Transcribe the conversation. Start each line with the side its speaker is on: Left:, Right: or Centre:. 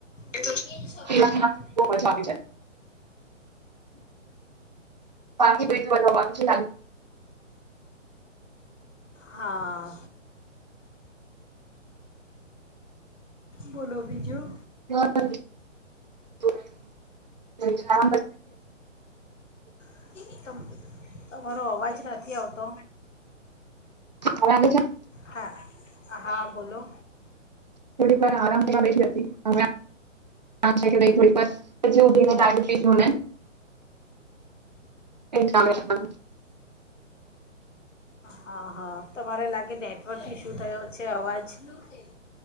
Left: એ તો છે જ સબકો
Right: પીવાની
Left: મારુ <inaudible>
Right: બહુ મજા આવી જાય બાકી <inaudible> બધા બાકી છે
Left: હા બોલો બીજું
Right: રહ્યું પછી ઉઠી હવે
Left: <inaudible> તમ તમારો અવાજ નથી આવતો
Right: અમારે છેન
Left: હા હા બોલો
Right: થોડીક વાર આરામ કરવા બેઠી હતી હવે કામ છે કે નહીં થોડીક વાર <inaudible> કેવું ચાલે છે બધું
Left: હા હહ તમારે લાગે નેટ વર્ક ઇસ્યુ થયો છે અવાજ નું તેલ